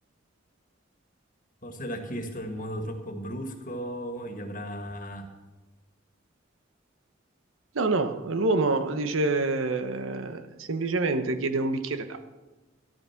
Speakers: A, on the left; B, on the right.
A: Forse l'ha chiesto in modo troppo brusco, gli avrà
B: No, no, l'uomo dice semplicemente chiede un bicchiere d'acqua.